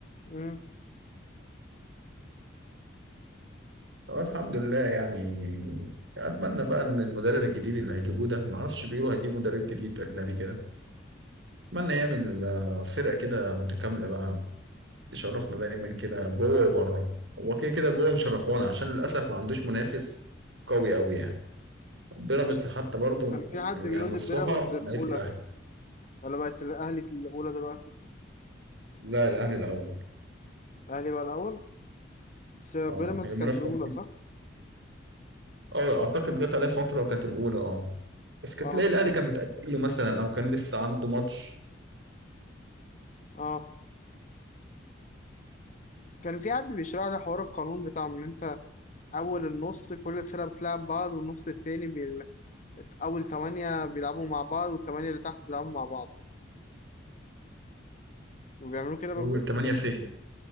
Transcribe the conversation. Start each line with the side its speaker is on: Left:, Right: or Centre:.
Left: مم.
Right: اه الحمد لله يعني اتمنى بقى ان المدرب الجديد اللي هيجيبوه ده ما اعرفش بيقولوا هيجيبوا مدرب جديد اجنبي كده اتمنى يعمل آه، فرقه كده متكامله بقى تشرفنا دايما كده جوه وبره هو كده كده جوه مشرفونا عشان للاسف ما عندوش منافس قوي قوي يعني بيراميدز
Left: مش
Right: حتى برضو
Left: كان في حد
Right: يعني
Left: بيقول
Right: نصها
Left: لي بيراميدز الاولى
Right: بقت الاهلي
Left: ولا بقت الاهلي الاولى دلوقتي
Right: لا الاهلي الاول
Left: الاهلي بقى الاول بس بيراميدز
Right: اه هي المنافسه
Left: كانت الاولى صح
Right: اه اعتقد جت عليه فتره كانت الاولى اه بس كانت
Left: اه
Right: تلاقي الاهلي كان متاجل له مثلا او كان لسه عنده ماتش
Left: اه كان في حد بيشرح لي حوار القانون بتاع ان انت أول النص كل فرقة بتلعب بعض والنص التاني بي... أول تمانية بيلعبوا مع بعض والتمانية اللي تحت بيلعبوا مع بعض وبيعملوا كده بقى
Right: اول
Left: بجد
Right: 8 فين